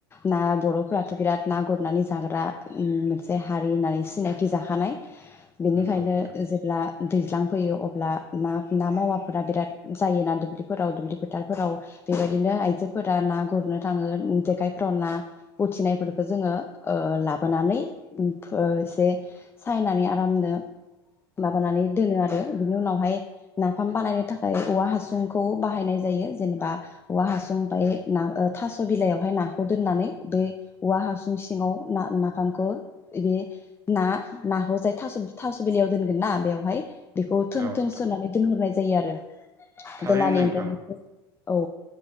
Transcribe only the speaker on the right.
नंगौ नोंथां
औ
नोंथां
थारैनो
नोंथां